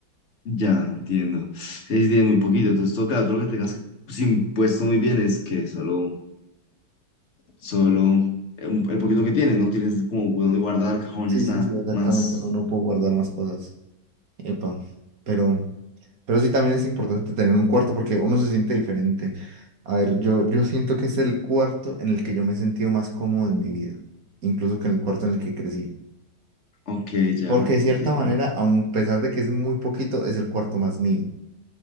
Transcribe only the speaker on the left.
ya entiendo. Que sí tiene muy poquito, entonces toca, tú lo que tengas que, pues, impuesto muy bien es que solo solo eh, un- el poquito que tienes, no tienes como dónde guardar cajones,
nada
más.
Ok, ya,
entiendo.